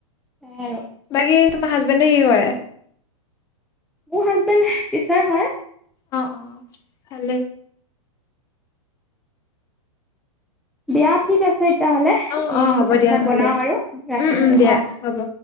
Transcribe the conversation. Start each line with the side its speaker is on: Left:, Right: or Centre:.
Centre: ব আৰু
Left: বাকী তোমাৰ হাজবেণ্ডে কি কৰে
Centre: মোৰ হাজবেণ্ড টিচাৰ হয়
Left: অ অ ভালেই
Centre: দিয়া ঠিক আছে তেতিয়াহ'লে
Left: অ
Centre: এই
Left: অ হ'ব
Centre: ভাত
Left: দিয়া
Centre: চাত
Left: নহ'লে
Centre: বনাওঁ আৰু
Left: উম
Centre: ৰাখিছোঁ
Left: উম দিয়া
Centre: অ
Left: হ'ব